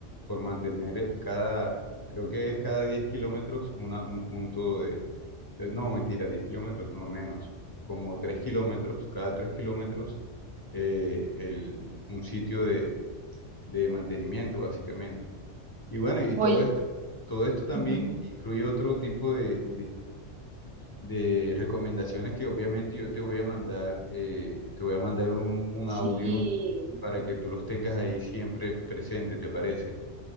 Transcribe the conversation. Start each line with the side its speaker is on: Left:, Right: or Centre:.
Left: por mantener eh, cada, creo que es cada 10 kilómetros una, un punto de, de- no, mentira, diez kilómetros, no menos, como 3 kilómetros, cada 3 kilómetros eh, el, un sitio de, de mantenimiento, básicamente. Y bueno, y
Right: Oye,
Left: todo esto, todo esto también
Right: ujú,
Left: incluye otro tipo de, de recomendaciones que obviamente yo te voy a mandar, eh, te voy a mandar un, un
Right: sí,
Left: audio para que tú los tengas ahí siempre presente, ¿te parece?